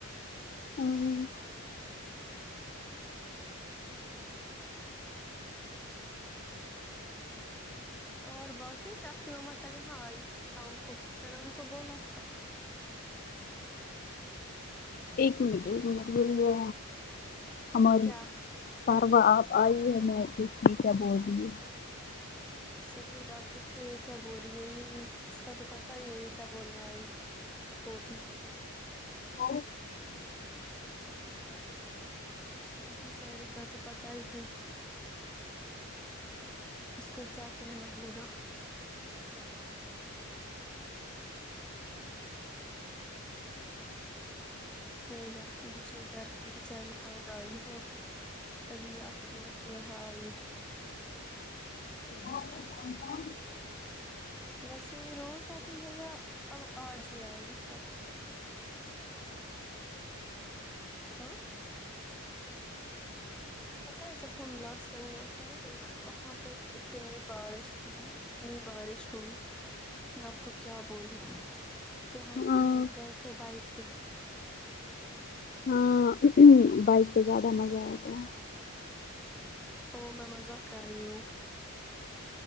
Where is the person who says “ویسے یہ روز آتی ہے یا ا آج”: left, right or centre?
Centre